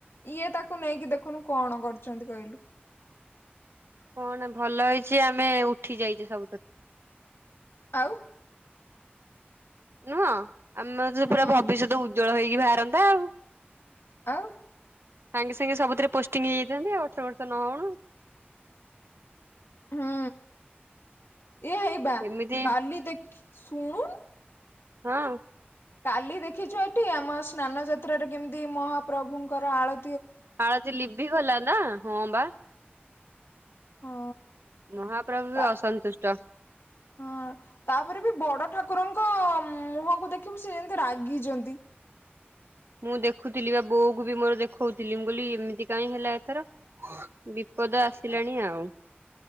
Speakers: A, on the left (about 80°); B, on the right (about 75°).
A: ଇଏ ତାକୁ ନେଇକି ଦେଖୁନୁ କଣ କରୁଛନ୍ତି କହିଲୁ।
B: କଣ ଭଲ ହେଇଛି ଆମେ ଉଠି ଯାଇଛୁ ସବୁଥିରୁ।
A: ଆଉ।
B: ନୁହଁ ଆମର ତ
A: ହୁଁ
B: ପୁରା ଭବିଷ୍ୟତ ଉଜ୍ଜଳ ହେଇକି ବାହାରନ୍ତା ଆଉ।
A: ଆଉ।
B: ସାଙ୍ଗେ ସାଙ୍ଗେ ସବୁଥିରେ ପୋଷ୍ଟିଂ ହେଇଯାଇଥାନ୍ତି ଅଠର ବର୍ଷ ନହଉଣୁ।
A: ହୁଁ ଇଏ ହେଇବା
B: କେମିତି
A: କାଲି ଦେଖି ଶୁଣୁନୁ।
B: ହଁ।
A: କାଲି ଦେଖିଛୁ ଏଠି ଆମ ସ୍ନାନ ଯାତ୍ରାରେ କେମିତି ମହାପ୍ରଭୁଙ୍କର ଆଳ
B: ଆଳତି ଲିଭିି ଗଲା ନା ହଁ ବା।
A: ହଁ
B: ମହାପ୍ରଭୁ
A: ତା
B: ବି ଅସନ୍ତୁଷ୍ଟ।
A: ହଁ ତାପରେ ବି ବଡ ଠାକୁରଙ୍କ ମୁହଁକୁ ଦେଖିବୁ। ସେ ଯେମତି ରାଗିଛନ୍ତି।
B: ମୁଁ ଦେଖୁଥିଲି ବା ବୋଉ କୁ ବି ମୋର ଦେଖଉଥିଲି ମୁଁ କହିଲି ଏମିତି କାଇଁ ହେଲା ଏଥର। ବିପଦ ଆସିଲାଣି ଆଉ।